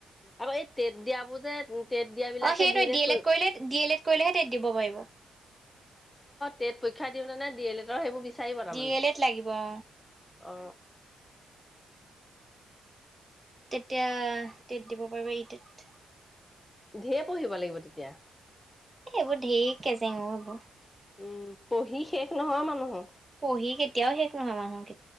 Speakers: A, on the left; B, on the right.
A: আক এই তেত দিয়াবোৰ যে তেট দিয়া বিলাকে
B: অ সেইটোৱে
A: দিলে
B: ডি এল
A: কৰি
B: এড
A: অ',
B: কৰিলে ডি এল এড কৰিলেহে টেট দিব পাৰিব
A: টেট পৰক্ষা দিওঁতে নে দি এল এড সেইবোৰ চাৰিব তাৰ
B: ডি
A: মানে
B: এল এড লাগিব অ
A: অ,
B: তেতিয়া টেট দিব পাৰিব ই টেট।
A: ধেই পঢ়িব লাগিব তেতিয়া।
B: সেইবোৰ ধেই কেছেঙ এইবোৰ
A: উম, পঢ়ি শেষ নহয় মানুহৰ,
B: পঢ়ি কেতিয়াও শেষ নহয় মানুহ কে